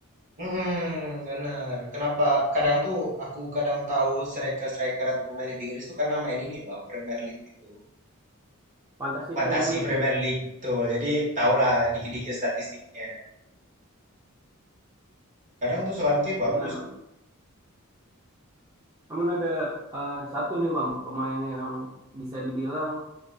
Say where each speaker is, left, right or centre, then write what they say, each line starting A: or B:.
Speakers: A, on the right (about 35°); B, on the right (about 15°).
A: Hmm, benar. Kenapa kadang tuh aku kadang tahu striker-striker atau pemain Liga Inggris tuh karena main ini bang, Premier League gitu.
B: Fantasi
A: Fantasi
B: Premier League
A: Premier
B: tuh.
A: League tuh, jadi tahulah dikit-dikit statistiknya. Kadang tuh Solanke
B: Bener.
A: bagus.
B: Namun ada eh, satu nih Bang, pemain yang bisa dibilang